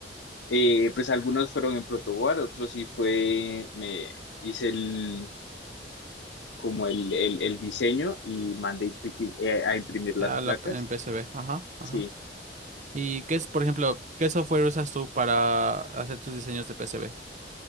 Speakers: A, on the left; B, on the right.
A: eh, pues algunos fueron en protoboard, otros sí fue, me hice el, como el, el, el diseño y mandé impri- eh, a imprimir las
B: Ah, la,
A: placas.
B: en p- en PCB. Ajá, ajá.
A: Sí,
B: ¿Y qué es, por ejemplo, qué software usas tú para hacer tus diseños de PCB?